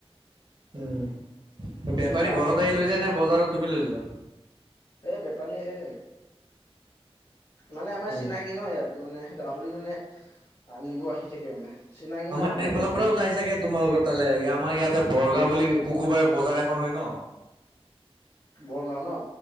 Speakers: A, on the right; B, on the left.
A: উম
B: কচু
A: বেপাৰী
B: দা
A: ঘৰত আহি লৈ যায় নে বজাৰত তুমি লৈ যোৱা।
B: সেই বেপাৰী আহে, মানে আমাৰ
A: উম।
B: চিনাকি ন ইয়াত। মানে গাহৰি মানে নিব আহি থাকে মানে চিনাকি
A: আমাৰ
B: ন
A: এইফালৰ
B: ইয়াত মানে
A: পৰাও যাই চাগে তোমাৰ লগত তালে আমাৰ ইয়াতে বৰগাঁও বুলি শুকুৰবাৰে বজাৰ এখন হয় ন।
B: বৰগাঁও ন।